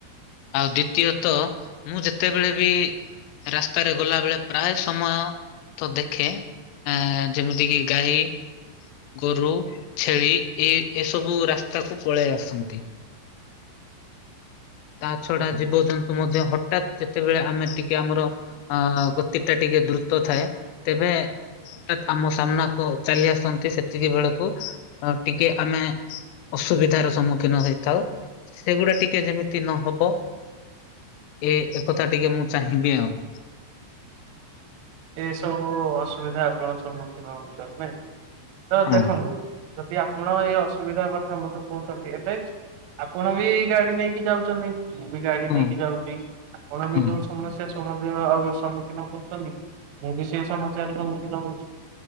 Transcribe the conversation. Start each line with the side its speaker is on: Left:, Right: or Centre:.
Left: ଆଉ ଦ୍ଵିତୀୟତ ମୁଁ ଯେତେବେଳେ ବି ରାସ୍ତାରେ ଗଲା ବେଳେ ପ୍ରାୟ ସମୟ ତ ଦେଖେ। ଆଁ ଯେମିତି କିି ଗାଈ, ଗୋରୁ, ଛେଳି ଏ ଏ ସବୁ ରାସ୍ତାକୁ ପଳେଇ ଆସନ୍ତି। ତା ଛଡା
Right: ଆଜ୍ଞା
Left: ଜୀବଜନ୍ତୁ ମଧ୍ୟ ହଠାତ୍ ଯେତେବେଳେ ଆମେ ଟିକେ ଆମର ଅ ଗତି ଟା ଟିକେ ଦ୍ରୁତ ଥାଏ ତେବେ ହଠାତ୍ ଆମ ସାମ୍ନାକୁ ଚାଲି ଆସନ୍ତି ସେତିକି ବେଳକୁ ଟିକେ ଆମେ ଅସୁବିଧାର ସମ୍ମୁଖୀନ ହେଇଥାଉ ସେଗୁଡା ଟିକେ ଯେମିତି ନହବ ଏ ଏକଥା ଟିକେ ମୁଁ ଚାହିଁବି ଆଉ।
Right: ଏସବୁ ଅସୁବିଧା ଆପଣ ସମ୍ମୁଖୀନ ହଉଛନ୍ତି ନାଇଁ ତ
Left: ହଁ
Right: ଦେଖନ୍ତୁ ଯଦି ଆପଣ ଏଇ ଅସୁବିଧା କଥା ମତେ କହୁଛନ୍ତି ଏବେ ଆପଣ ବି ଗାଡି ନେଇକି ଯାଉଛନ୍ତି। ମୁଁ ବି ଗାଡି
Left: ହଁ
Right: ନେଇକି ଯାଉଛି ଆପଣ
Left: ହଁ
Right: ବି ଯୋଉ ସମସ୍ୟା ସମ୍ମୁଖୀନ କରୁଛନ୍ତି। ମୁଁ ବି ସେଇ ସମସ୍ୟାର ସମ୍ମୁଖୀନ ହଉଛି